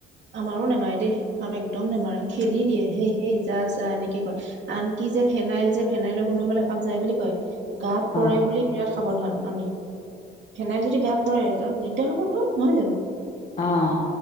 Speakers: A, on the right; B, on the left.
A: আমাৰো নেমাৰে দেই সাপ একদম নেমাৰে খেদি দিয়ে সেই সেই যা যা এনেকে কয় আনকি যে ফেনাইল যে ফোই। ফেনাইলৰ গোন্ধ পালে সাপ যায় বুলি কয়, গাত পৰে
B: অ অ
A: বুলি বিৰাট সাৱধান আমি। ফেনাইল যদি গাত পৰে দিগদাৰ হ'ব নহয় নহয় জানো।
B: অহ।